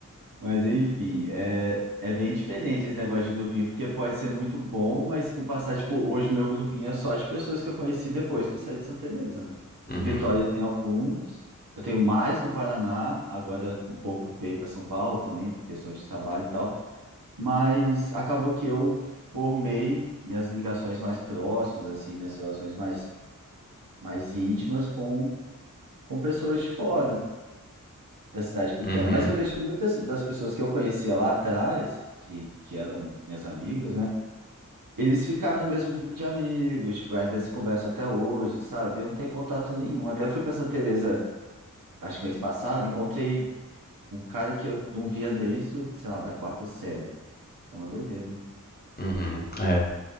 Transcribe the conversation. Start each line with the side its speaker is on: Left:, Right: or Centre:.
Right: Mas enfim, é, é bem diferente esse negócio de grupinho, porque pode ser muito bom, mas com o passar, tipo, hoje o meu grupinho é só de pessoas que eu conheci depois que eu saí de Santa Teresa, né?
Left: uhum,
Right: Em Vitória eu tenho alguns, eu tenho mais no Paraná, agora um pouco veio para São Paulo também, por questão de trabalho e tal, mas acabou que eu formei minhas ligações mais próximas, assim, minhas relações mais, mais íntimas com, com pessoas de fora da cidade pequena.
Left: uhum,
Right: Mas eu vejo que muitas das pessoas que eu conhecia lá atrás, que, que eram minhas amigas, né? Eles ficaram no mesmo grupo de amigos, tipo, ainda se conversam até hoje, sabe? Eu não tenho contato nenhum. Até fui pra Santa Teresa, acho que mês passado, encontrei um cara que eu não via desde, o, sei lá, da quarta série. É uma doideira. né?
Left: uhum. É,